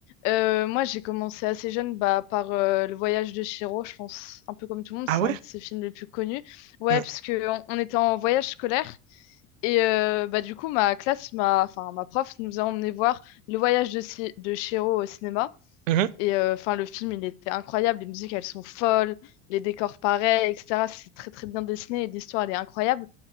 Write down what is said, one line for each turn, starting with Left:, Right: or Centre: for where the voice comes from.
Left: Euh, moi, j'ai commencé assez jeune bah, par euh, Le Voyage de Chihiro, je pense, un peu comme tout le monde,
Right: Ah
Left: c'est
Right: ouais?
Left: un de ses films les plus connus. Ouais,
Right: Mm,
Left: parce que on, on était en voyage scolaire et euh, bah, du coup, ma classe, ma, enfin, ma prof nous a emmené voir Le Voyage de, Chi- de Chihiro au cinéma.
Right: mhm,
Left: Et euh, enfin, le film, il était incroyable. Les musiques, elles sont folles, les décors pareils, etc. C'est très, très bien dessiné et l'histoire, elle est incroyable.